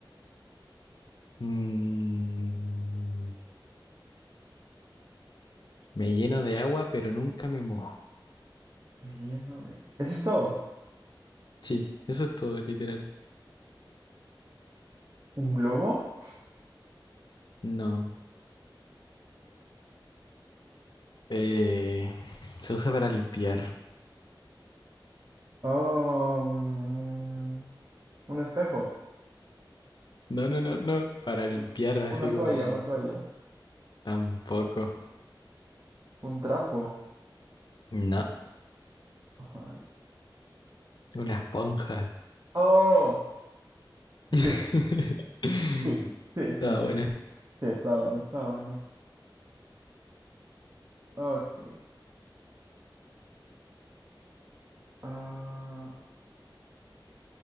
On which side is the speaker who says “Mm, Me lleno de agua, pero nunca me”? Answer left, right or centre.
Left